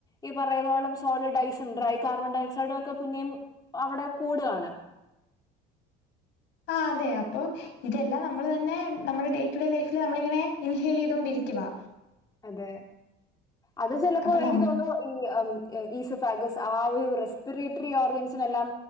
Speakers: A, on the left (about 20°); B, on the left (about 75°).
A: ഈ പറയുന്നോളം സോളിഡ്ഐസും ഡ്രൈ കാർബൺ ഡയോക്സൈഡും ഒക്കെേപിന്നെയും അവിടെ- കൂടവാണ്
B: ആഹ് അതെ അപ്പൊ ഇതെല്ലാം നമ്മള് തന്നെ നമ്മുടെ ഡേ ടു ഡേ ലൈഫിൽ നമ്മള ഇങ്ങനെ ഇൻഹെൽ ചെയ്തൊണ്ടിരിക്കും ഇക്കവാ
A: അതെ അത് ചെലപ്പോ
B: അപ്പൊ
A: എനിക്ക്
B: നം
A: തോന്നുന്നു ഈ- ഈ ഫാഗസ് ആ ഒരു റെസ്പിറേറ്ററി ഓർഗൻസിന് എല്ലാം